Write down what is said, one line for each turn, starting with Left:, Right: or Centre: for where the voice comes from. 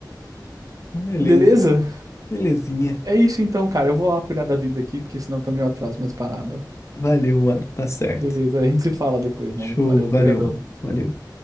Left: Beleza.
Right: Beleza?
Left: Belezinha.
Right: É isso então, cara. Eu vou lá cuidar da vida aqui, porque senão também eu atraso minhas paradas.
Left: Valeu, mano. Tá certo.
Right: Beleza, a gente se fala depois, maluco.
Left: Show.
Right: Valeu,
Left: Valeu,
Right: brigadão.
Left: mano. Valeu.